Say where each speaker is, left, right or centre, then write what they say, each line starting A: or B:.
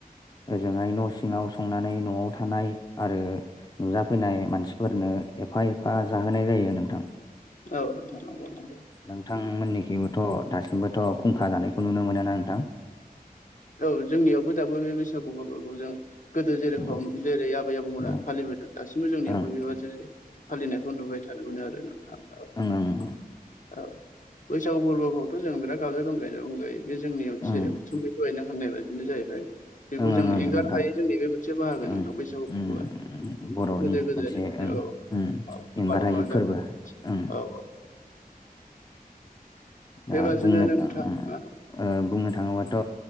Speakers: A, on the left; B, on the left.
A: ओजोंहाय न' सिङाव संनानै न'आव थानाय आरो नुजाफैनाय मानसिफोरनो एफा एफा जाहोनाय जायो नोंथां।
B: औ नोंथां नंगौ नंगौ
A: नोंथांमोननिखिबो थ' दासिमबोथ' खुंखा जानायखौ नुनो मोनो नोंथां।
B: औ जोंनियावबो दाबो बे बैसागु फोरबोखौ जों गोदो जेरखम
A: उम
B: जेरै आबै आबौमोना
A: ओं
B: फालिबोदों दासिमबो जोंनि
A: ओं
B: बेबादिनो फालिनायखौ नुबाय थादों मोनो आरो। नोंथां औ
A: उम - उम।
B: औ बैसागु फोरबोखौथ' जों बिराद गाजा गोमजायैनो रंजायो बे जोंनि
A: ओं
B: मोनसे
A: ओं
B: उथुमै दहायनो होननाय बायदिनो जाहैबाय। बेखौ जों
A: ओं ओं
B: एंगारनो
A: नोंथां
B: हायो जोंनि बे मोनसे बाहागो
A: ओं
B: नोंथां बैसागु
A: उम
B: फोरबोआ
A: बर'नि
B: गोदो गोदायनिफ्रायनो
A: मोनसे ओं
B: औ
A: उम
B: औ आबाद
A: एंगारहायि
B: मावनानै जाबोदों
A: फोरबो ओं
B: औ औ।
A: दा
B: बेबादिनो
A: बुंनो
B: नोंथाङा
A: थां ओ बुंनो थाङोबाथ'